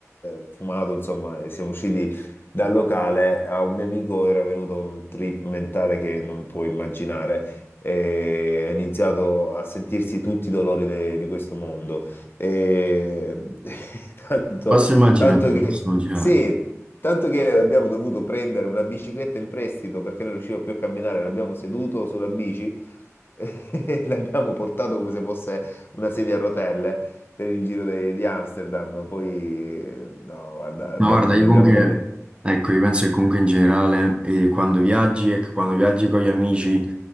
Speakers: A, on the left (about 45°); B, on the right (about 20°).
A: eh, fumato, insomma, eh, siamo usciti dal locale, a un mio amico era venuto un trip mentale che non puoi immaginare e ha iniziato a sentirsi tutti i dolori de- di questo mondo. E... <laughs> Tanto,
B: Posso immaginare,
A: tanto
B: posso
A: che,
B: immaginare.
A: sì, tanto che abbiamo dovuto prendere una bicicletta in prestito perché non riusciva più a camminare, l'abbiamo seduto sulla bici. <laughs> e L'abbiamo portato come se fosse una sedia a rotelle per il Giro de- di Amsterdam. Poi, no, guarda, abbiamo,
B: Ma guarda,
A: ne
B: io
A: abbiamo
B: comunque,
A: come...
B: ecco, io penso che comunque in generale, eh, quando viaggi, ecco, quando viaggi con gli amici,